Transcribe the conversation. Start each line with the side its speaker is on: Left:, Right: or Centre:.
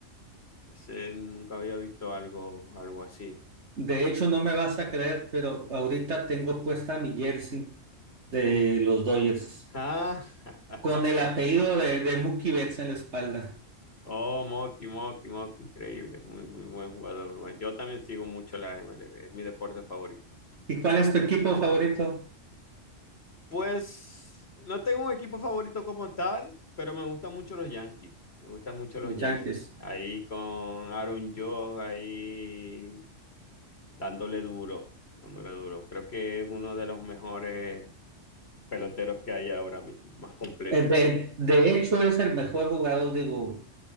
Left: Ese nunca había visto algo, algo así.
Right: De hecho, no me vas a creer, pero ahorita tengo puesta mi jersey de los Dodgers
Left: Ah, <laughs>
Right: con el apellido de, de Mookie Betts en la espalda.
Left: oh, Moki, Moki, Moki, increíble. Muy, muy buen jugador, muy buen. Yo también sigo mucho la MLB, es mi deporte favorito.
Right: ¿Y cuál es tu equipo favorito?
Left: Pues no tengo un equipo favorito como tal, pero me gustan mucho los Yankees. Me gustan mucho los
Right: Los
Left: Yankees.
Right: Yankees.
Left: Ahí con Aaron Judge, ahí dándole duro, dándole duro. Creo que es uno de los mejores peloteros que hay ahora mismo, más completo.
Right: Eh, De, de hecho, es el mejor jugador, digo.